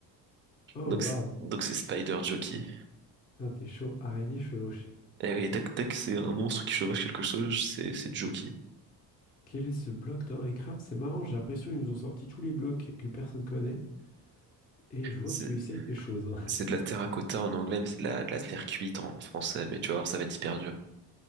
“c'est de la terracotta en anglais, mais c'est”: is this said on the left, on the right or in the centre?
Right